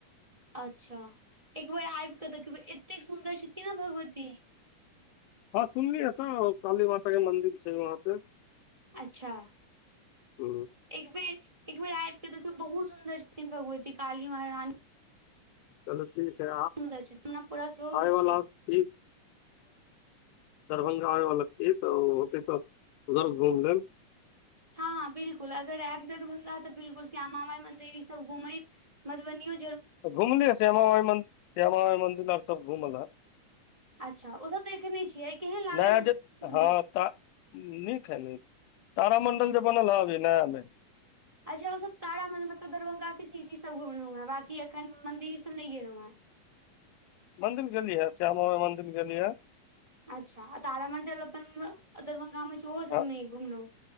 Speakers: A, on the right; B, on the left.
A: अच्छा एकबेर आबि कऽ देखबै एतेक सुन्दर छथिन ने भगवती
B: हँ सुनलियै तऽ काली माता के मंदिर छै वहाँ पे
A: अच्छा
B: ह
A: एक बेर एक बेर आब के देखै बहुत सुंन्दर छथिन भगवती काली महारानी
B: चलू ठीक है
A: सुन्दर छथिन हमरा पूरा सेहो होइ
B: आयवला
A: छै
B: ठ दरभंगा आबे वाला छियै तऽ ओते त उधर घूम लेब
A: हँ हँ बिल्कुल अगर आयब दरभंगा तऽ बिलकुल श्यामा माई मंदिर ई सब घुमैत मधुबनीओ
B: घुमलियै श्यामा माइ मन्दिर श्यामा माइ मंदिर आर सब घुमल है
A: अच्छा ओसभ देखने छियै केहन लागल
B: नज
A: मन्दिर
B: हँ तऽ नीक है न तारामण्डल
A: अच्छा
B: जे बनल है अभी नया मे
A: अच्छा आहांसब तारामण्डल मतलब दरभंगा के सीटी सब घुमलहुँ हँ बाकी एखन मन्दिर सब नइ गेलौं ह
B: मंदिर गेलियीहै श्याम माइ मंदिर गेलीहे
A: अच्छा आ तारामण्डल अपन दरभंगामे छै ओहो
B: हँ
A: सभमे घुमलहुँ